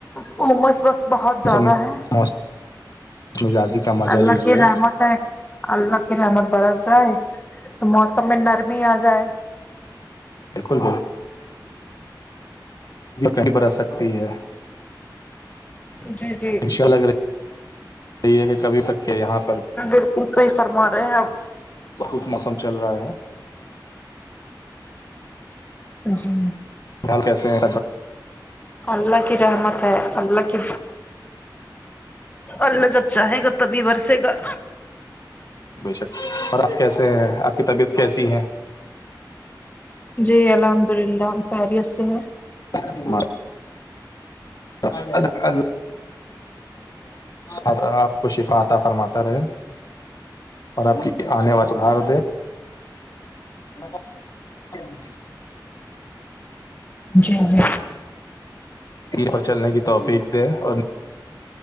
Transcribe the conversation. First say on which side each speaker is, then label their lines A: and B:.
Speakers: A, on the left (about 20°); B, on the left (about 55°).
A: موموز بس بہت زیادہ
B: موسم
A: ہیں
B: موسم <inaudible>
A: اللہ
B: لیجیے
A: کی رحمت ہے اللہ کی رحمت برس رہا ہے تو موسم میں نرمی آ جائے
B: بالکل بالکل <inaudible> سکتی ہے <inaudible>
A: جی جی بالکل صحیح فرما رہے ہیں آپ
B: بہت موسم چل رہا ہے <inaudible>
A: جی
B: <inaudible> کیسے ہیں
A: اللہ کی رحمت ہے اللہ کی اللہ جب چاہے گا تبھی برسے گا
B: بے شک اور آپ کیسے ہیں آپ کی طبیعت کیسی ہے
A: جی الحمد للہ ہم خیریت سے ہیں
B: <inaudible> <inaudible> اللہ آپ کو شفا عطا فرماتا رہے اور آپ کی آنے <inaudible> دے <inaudible> جچھ
A: جی جی
B: پر چلنے کی توفیق دے اور